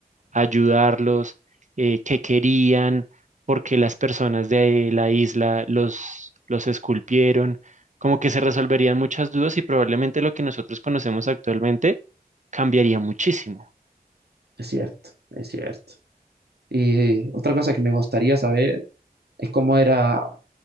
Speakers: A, on the right (about 50°); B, on the right (about 80°).
A: a ayudarlos, eh, qué querían, por qué las personas de la isla los, los esculpieron. Como que se resolverían muchas dudas y probablemente lo que nosotros conocemos actualmente cambiaría muchísimo.
B: es cierto, es cierto. Y otra cosa que me gustaría saber es cómo era,